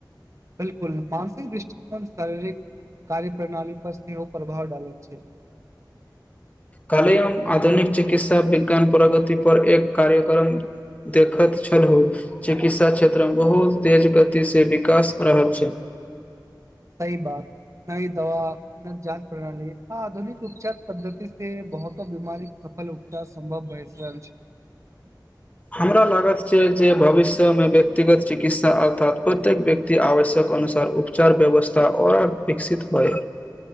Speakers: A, on the right (about 40°); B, on the left (about 20°).
A: बिलकुल मानसिक दृष्टिकोण शारीरिक कार्य प्रणाली पर सेहो ओ प्रभाव डालैत छैय
B: काल्हि हम आधुनिक चिकित्सा विज्ञान प्रगति पर एक कार्यक्रम देखैत छलहु चिकित्सा क्षेत्रमे बहुत तेज गतिसँ विकास रहल छै
A: सही बात सही दवा न जान प्रणाली ह आधुनिक उपचार <unintelligible> पद्धति से बहुतो बीमारी सफल उपचार सम्भव भए रहल छै
B: हमरा लागत छैक जे भविष्यमे व्यक्तिगत चिकित्सा अर्थात प्रत्येक व्यक्ति आवश्यक अनुसार उपचार व्यवस्था ओर विकसित होय